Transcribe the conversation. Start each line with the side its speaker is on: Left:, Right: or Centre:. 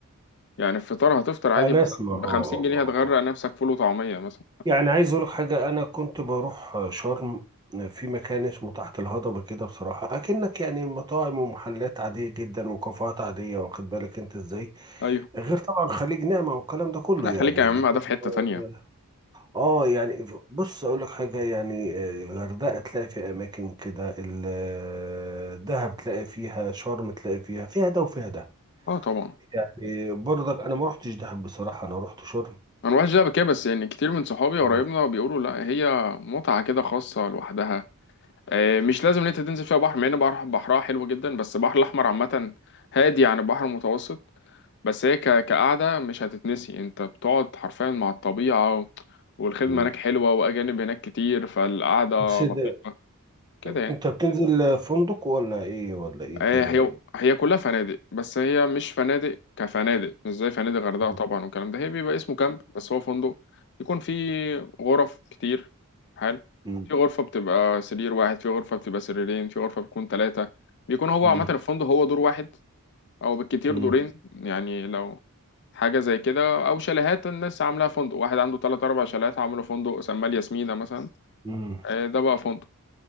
Left: يعني الفطار هتفطر عادي
Right: انا
Left: مثلا
Right: اسمع اه اه
Left: ب 50 جنيه هتغرق
Right: اه آه. آه.
Left: نفسك فول وطعمية مثلا
Right: يعني عايز اقول لك حاجة انا كنت بروح شرم في مكان اسمه تحت الهضبة كده بصراحة اكنك يعني مطاعم ومحلات عادية جدا وكافيهات عادية واخد بالك انت ازاي
Left: أيوه
Right: غير طبعا خليج نعمة والكلام ده كله
Left: لا
Right: يعني
Left: خليك يا عم
Right: لكن
Left: ده في حتة
Right: اه
Left: تانية
Right: آه، يعني بص اقول لك حاجه يعني آه، الغردقه تلاقي فيها اماكن كده ال- آه، دهب تلاقي فيها شرم تلاقي فيها فيها ده وفيها ده
Left: اه طبعا
Right: يعني برضك انا ما رحتش دهب بصراحه انا رحت شرم
Left: انا الواحد شايف كده بس يعني كتير من صحابي وقرايبنا
Right: اه
Left: بيقولوا لا هي متعه كده خاصه لوحدها آه، مش لازم ان انت تنزل فيها بحر مع ان بحر بحرها حلو جدا بس البحر الاحمر عامه هادي عن البحر المتوسط بس هي ك- كقعده مش هتتنسي انت بتقعد حرفيا مع الطبيعه والخدمه
Right: مم.
Left: هناك حلوه واجانب هناك كتير فالقعده
Right: بس ده
Left: لطيفه كده يعني
Right: انت بتنزل فندق ولا ايه ولا ايه الدنيا
Left: هي
Right: يعني
Left: هي هي كلها فنادق بس هي مش فنادق كفنادق مش زي فنادق غردقة
Right: مم.
Left: طبعا والكلام ده هي بيبقى اسمه كامب بس هو فندق يكون فيه غرف كتير حلو
Right: مم.
Left: في غرفة بتبقى سرير واحد في غرفة بتبقى سريرين في غرفة بتكون ثلاثة بيكون هو
Right: مم.
Left: عامة الفندق هو دور واحد أو بالكتير
Right: مم.
Left: دورين يعني لو حاجة زي كده أو شاليهات الناس عاملاها فندق واحد عنده تلات أربع شاليهات عامله فندق سماه الياسمينة مثلا
Right: مم.
Left: آه، ده بقى فندق